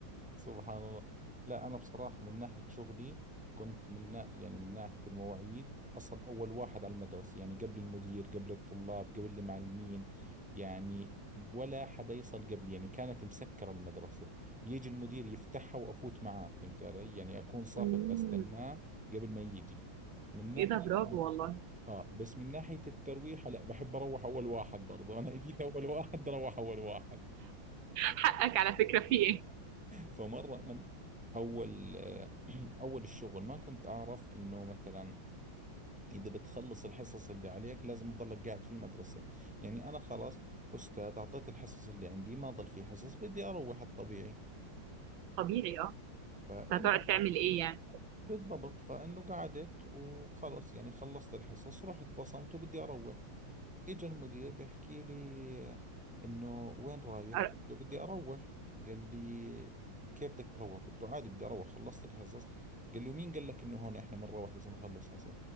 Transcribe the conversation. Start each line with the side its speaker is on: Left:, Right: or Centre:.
Centre: سبحان الله لا أنا بصراحة من ناحية شغلي كنت من نا... يعني من ناحية المواعيد أصل أول واحد على المدرسة يعني قبل المدير قبل الطلاب قبل المعلمين يعني ولا حدا يصل قبلي يعني كانت مسكرة المدرسة يجي المدير يفتحها وأفوت معاه فهمت علي يعني أكون صافف
Right: مم.
Centre: بستناه قبل ما يجي من ناحية
Right: ايه ده برافو والله
Centre: آه بس من ناحية الترويحة لا بحب أروح أول واحد برضه <laughs> أنا جيت أول واحد أروح أول واحد
Right: حقك على فكره في ايه
Centre: فمرة أنا أول <clears throat> أول الشغل ما كنت أعرف إنه مثلا إذا بتخلص الحصص اللي عليك لازم تضلك قاعد في المدرسة يعني أنا خلاص أستاذ أعطيت الحصص اللي عندي ما ضل في حصص بدي أروح الطبيعي
Right: طبيعي اه
Centre: فالمهم
Right: بس هتقعد تعمل ايه يعني
Centre: بالضبط فإنه قعدت وخلص يعني خلصت الحصص رحت بصمت وبدي أروح اجى المدير بيحكي لي انه وين رايح
Right: أر-
Centre: قلت له بدي اروح قال لي كيف بدك تروح قلت له عادي بدي اروح خلصت الحصص قال لي ومين قال لك انه هون احنا بنروح بس نخلص حصص